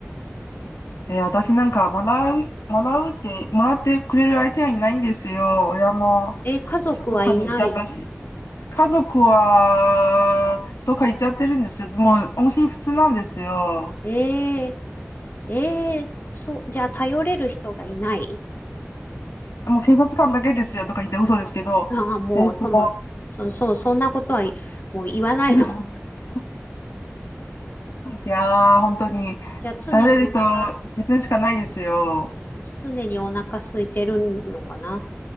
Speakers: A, on the left; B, on the left.
A: えー私なんか、もらう、もらうって、もらってくれる相手はいないんですよ。親も、
B: え、家族はいない
A: しどっかに行っちゃったし。家族は、どっか行っちゃってるんですよ。もう、音信不通なんですよ。
B: ええええそう、じゃあ頼れる人がいない
A: もう警察官だけですよとか言って嘘ですけど、
B: ああ、もう、
A: えっと、
B: その、そ、そう、そんなことはいもう言わないの。
A: <laughs> いやー、本当に、
B: <laughs> じゃあ常にお腹、
A: 頼れる人、自分しかないですよ。
B: 常にお腹空いてるのかな。